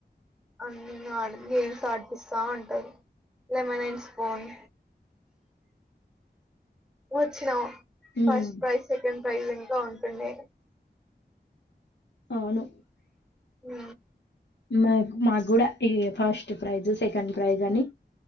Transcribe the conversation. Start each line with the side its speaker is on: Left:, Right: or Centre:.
Centre: అన్ని ఆ గేమ్స్ ఆడిపిస్తా ఉంటారు, లెమన్ అండ్ స్పూన్ వచ్చినావు
Left: హ్మ్.
Centre: ఫస్ట్ ప్రైజ్ సెకండ్ ప్రైజ్ ఇంకా ఉంటు అ
Left: అవును
Centre: ఉ
Left: మా మాకు కూడా ఇ ఫస్ట్ ప్రైజ్ సెకండ్ ప్రైజ్ అని